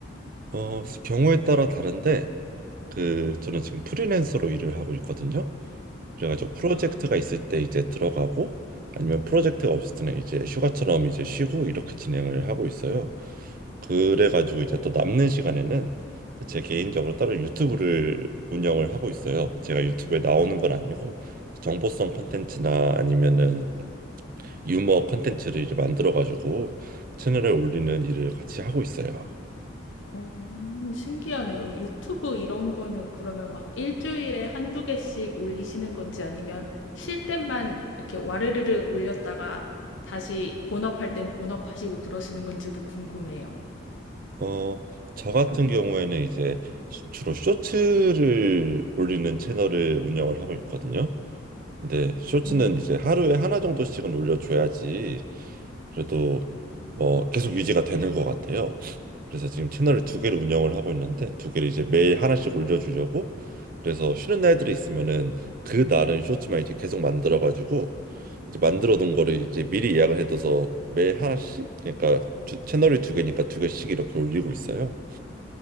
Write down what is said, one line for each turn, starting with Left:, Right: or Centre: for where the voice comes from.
Right: 어, 경우에 따라 다른데 그 저는 지금 프리랜서로 일을 하고 있거든요. 그래가지고 프로젝트가
Left: 아,
Right: 있을 때 이제 들어가고 아니면 프로젝트가 없을 때는 이제 휴가처럼 이제 쉬고 이렇게 진행을 하고 있어요. 그래가지고 이제 또 남는 시간에는 그제 개인적으로 따로 유튜브를 운영을 하고 있어요. 제가 유튜브에 나오는 건 아니고 정보성 컨텐츠나 아니면은 유머 컨텐츠를 이제 만들어가지고 채널에 올리는 일을 같이 하고 있어요.
Left: 오, 신기하네요. 유튜브 이런 거는 그러면 막 일주일에 한두 개씩 올리시는 건지 아니면 쉴 땐만 이렇게 와르르르 올렸다가 다시 본업할 땐 본업하시고 그러시는 건지도 궁금해요.
Right: 어, 저 같은 경우에는 이제 수- 주로 쇼츠를 올리는 채널을 운영을 하고 있거든요. 근데 쇼츠는
Left: 어,
Right: 이제 하루에 하나 정도씩은 올려줘야지 그래도 어, 계속 유지가 되는 것 같아요. 그래서 지금 채널을
Left: 어,
Right: 두 개를 운영을 하고 있는데 두 개를 이제 매일 하나씩 올려주려고 그래서 쉬는 날들이 있으면은 그 날은 쇼츠만 이제 계속 만들어 가지고 이제 만들어 둔 거를 이제 미리 예약을 해둬서 매일 하나씩 그러니까 두- 채널이 두 개니까 두 개씩 이렇게 올리고 있어요.